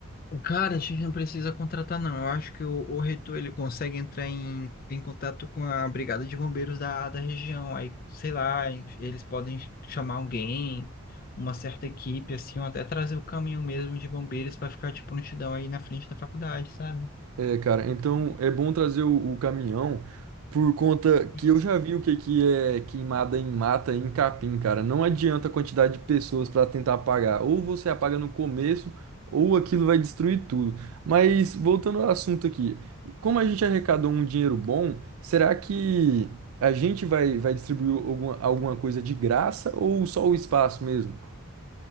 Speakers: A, on the left; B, on the right.
A: Cara, a gente não precisa contratar, não. Eu acho que o, o reitor ele consegue entrar em, em contato com a brigada de bombeiros da, da região. Aí, sei lá, eles podem chamar alguém, uma certa equipe, assim, ou até trazer o caminhão mesmo de bombeiros para ficar de prontidão aí na frente da faculdade, sabe?
B: É, cara, então é bom trazer o, o caminhão por conta que
A: E,
B: eu já vi o que que é queimada em mata e em capim, cara. Não adianta a quantidade de pessoas para tentar apagar. Ou você apaga no começo, ou aquilo vai destruir tudo. Mas voltando ao assunto aqui, como a gente arrecadou um dinheiro bom, será que a gente vai, vai distribuir alguma, alguma coisa de graça ou só o espaço mesmo?